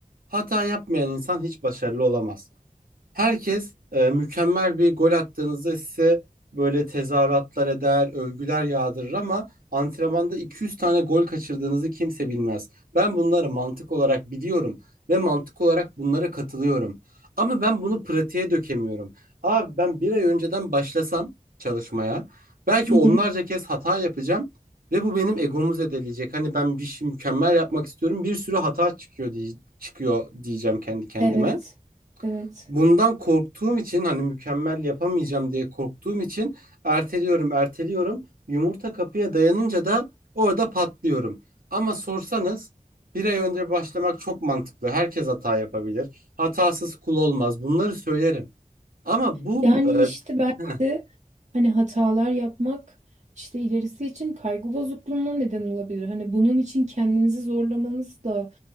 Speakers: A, on the right; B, on the right.
A: Hata yapmayan insan hiç başarılı olamaz. Herkes e, mükemmel bir gol attığınızda size böyle tezahüratlar eder, övgüler yağdırır ama antrenmanda 200 tane gol kaçırdığınızı kimse bilmez. Ben bunları mantık olarak biliyorum ve mantık olarak bunlara katılıyorum. Ama ben bunu pratiğe dökemiyorum. Abi ben bir ay önceden başlasam çalışmaya belki
B: Hı
A: onlarca
B: hı.
A: kez hata yapacağım ve bu benim egomu zedeleyecek. Hani ben bir şey mükemmel yapmak istiyorum. Bir sürü hata çıkıyor diye çıkıyor diyeceğim kendi kendime.
B: Evet. Evet.
A: Bundan korktuğum için hani mükemmel yapamayacağım diye korktuğum için erteliyorum, erteliyorum. Yumurta kapıya dayanınca da orada patlıyorum. Ama sorsanız bir ay önce başlamak çok mantıklı. Herkes hata yapabilir. Hatasız kul olmaz. Bunları söylerim. Ama bu
B: Yani
A: e,
B: işte belki
A: Heh.
B: de hani hatalar yapmak işte ilerisi için kaygı bozukluğuna neden olabilir. Hani bunun için kendinizi zorlamanız da